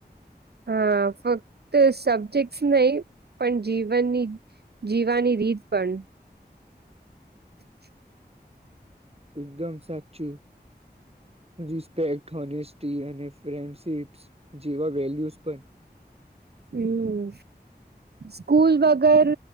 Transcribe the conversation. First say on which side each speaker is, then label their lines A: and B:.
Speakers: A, on the right; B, on the right.
A: હા, ફક્ત સબ્જેક્ટસ નય પણ જીવનની જીવાની રીત પણ. <inaudible>
B: એકદમ સાચું રિસ્પેક્ટ, હોનેસ્ટી અને ફ્રેન્ડશિપસ જેવા વેલ્યુ પણ.
A: હમ્મ, સ્કૂલ વગર